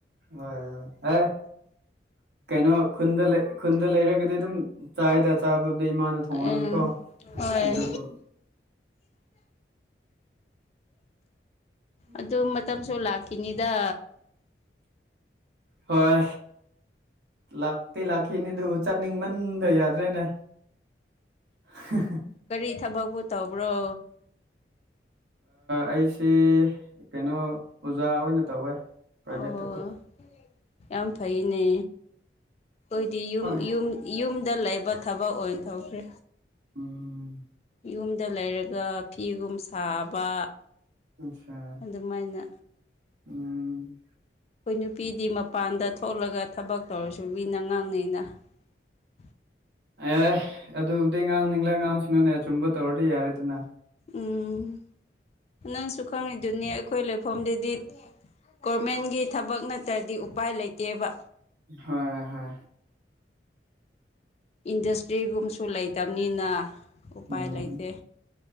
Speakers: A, on the right; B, on the left.
A: ꯍꯣꯏ ꯍꯣꯏ ꯑꯦ ꯀꯩꯅꯣ ꯈꯨꯟꯗ ꯂꯩ ꯈꯨꯟꯗ ꯂꯩꯔꯒꯗꯤ ꯑꯗꯨꯝ ꯆꯥꯏꯗ ꯆꯥꯕ ꯑꯗ ꯏꯃꯥꯅ ꯊꯣꯡꯉꯒꯀꯣ
B: ꯎꯝ ꯍꯣꯏ
A: ꯑꯗꯨꯕꯨ
B: ꯑꯗꯨ ꯃꯇꯝꯁꯨ ꯂꯥꯛ ꯀꯅꯤꯗ
A: ꯍꯣꯏ ꯂꯥꯛꯇꯤ ꯂꯥꯛꯈꯤꯅꯤꯗꯨ ꯆꯠꯅꯤꯡꯃꯟꯗ ꯌꯥꯗ꯭ꯔꯦꯅꯦ <unintelligible>
B: ꯀꯔꯤ ꯊꯕꯛꯄꯨ ꯇꯧꯕ꯭ꯔꯣ
A: ꯑꯩꯁꯤ ꯀꯩꯅꯣ ꯑꯣꯖꯥ ꯑꯣꯏꯅ ꯇꯧꯋꯦ ꯄ꯭ꯔꯥꯏꯚꯦꯠ
B: ꯑꯣ
A: ꯇꯀ
B: ꯌꯥꯝ ꯐꯩꯅꯦ ꯑꯩꯗꯤ ꯌ
A: ꯍꯣꯏ
B: ꯌ ꯌ ꯗ ꯂꯩꯕ ꯊꯕꯛ ꯑꯣꯏꯅ ꯇꯧꯈ꯭ꯔꯦ
A: ꯎꯝ
B: ꯌꯨꯝꯗ ꯂꯩꯔꯒ ꯐꯤꯒꯨꯝ ꯁꯥꯕ
A: ꯑꯠꯁꯥ
B: ꯑꯗꯨꯃꯥꯏꯅ
A: ꯎꯝ
B: ꯑꯩꯈꯣꯏ ꯅꯨꯄꯤꯗꯤ ꯃꯄꯥꯟꯗ ꯊꯣꯛꯂꯒ ꯊꯕꯛ ꯇꯧꯔꯁꯨ ꯃꯤꯅ ꯉꯥꯡꯅꯩꯅ <unintelligible>
A: ꯑꯦ ꯑꯗꯨꯕꯨꯗꯤ ꯉꯥꯡꯅꯤꯡꯂ ꯉꯥꯡꯁꯤꯅꯨꯅꯦ ꯑꯆꯨꯝꯕ ꯇꯧꯔꯗꯤ ꯌꯥꯔꯦꯗꯅ
B: ꯎꯝ ꯅꯪꯁꯨ ꯈꯪꯉꯤꯗꯨꯅꯤ ꯑꯩꯈꯣꯏ ꯂꯩꯐꯝꯗꯗꯤ ꯒꯣꯔꯃꯦꯟꯒꯤ ꯊꯕꯛ ꯅꯠꯇ꯭ꯔꯗꯤ ꯎꯄꯥꯏ ꯂꯩꯇꯦꯕ
A: ꯍꯣꯏ ꯍꯣꯏ
B: ꯏꯟꯗꯁꯇ꯭ꯔꯤꯒꯨꯝꯕꯁꯨ ꯂꯩꯇꯕꯅꯤꯅ ꯎꯄꯥꯏ
A: ꯎꯝ
B: ꯂꯩꯇꯦ